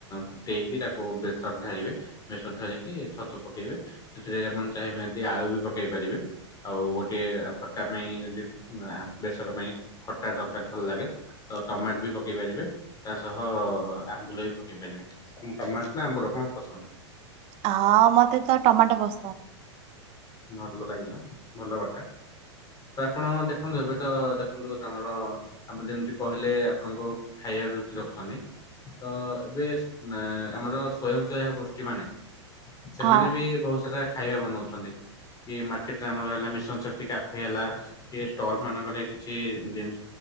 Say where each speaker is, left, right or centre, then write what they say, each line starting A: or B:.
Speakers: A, on the left; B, on the right.
A: ଉଁ ଟେଇକି ତାକୁ ବେଶୀ ଢାଳିବେ, ବେସର ଢାଳିକି ଛତୁ ପକେଇବେ, ସେ ଆପଣ ଚାହିଁବେ ଯଦି ଆଳୁ ବି ପକେଇ ପାରିବେ। ଆଉ ଗୋଟିଏ ଖଟା ପାଇଁ, ଯେମିତି ବେସର ପାଇଁ, ଖଟା ଦରକାର ଭଲ ଲାଗେ। ତ ଟମାଟ ବି ପକେଇ ପାରିବେ, ତା ସହ ଆମ୍ବୁଲ ବି ପକେଇ ପାରିବେ, ଉଁ ଟମାଟ ନା ଆମ୍ବୁଲ? ହଁ ପସନ୍ଦ।
B: ହଁ ମତେ ତ ଟମାଟୋ ପସନ୍ଦ।
A: ଭଲ ଲାଗିଲା, ଭଲ କଥା। ତ ଆପଣ ଦେଖନ୍ତୁ ଏବେ ତ, ଦେଖନ୍ତୁ ଆମର ଆପ ଯେମିତି କହିଲେ, ଆପଣଙ୍କୁ ଖାଇ ରେ ରୁଚି ରଖୁଛନ୍ତି। ତ ଏବେ ଅଁ ଆମର ସ୍ଵୟଂସହାୟକ ଗୋଷ୍ଠୀ ମାନେ ସେମାନେ
B: ହଁ।
A: ବି ବହୁତ୍ ସାରା ଖାଇବା ବନଉଛନ୍ତି। କି ମାର୍କେଟରେ ରେ ଆମର ହେଲା କି ମିଶନ ଶକ୍ତି କ୍ୟଫେ୍ ହେଲା କି ଷ୍ଟଲ୍ ମାନଙ୍କରେ କିଛି ଜିନି